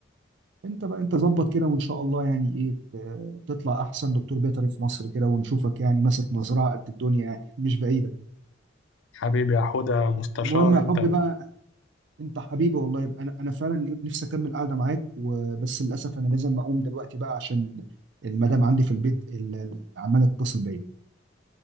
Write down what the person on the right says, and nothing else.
انت بقى انت ظبط كده وان شاء الله يعني ايه ت- تطلع احسن دكتور بيطري في مصر كده ونشوفك يعني ماسك مزرعه قد الدنيا يعني <laughs> مش بعيده
المهم يا حبي
بقى انت حبيبي والله يبقى انا انا فعلا نفسي اكمل قاعده معاك وبس للاسف انا لازم اقوم دلوقتي بقى عشان المدام عندي في البيت ال- ال- عماله تتصل بيا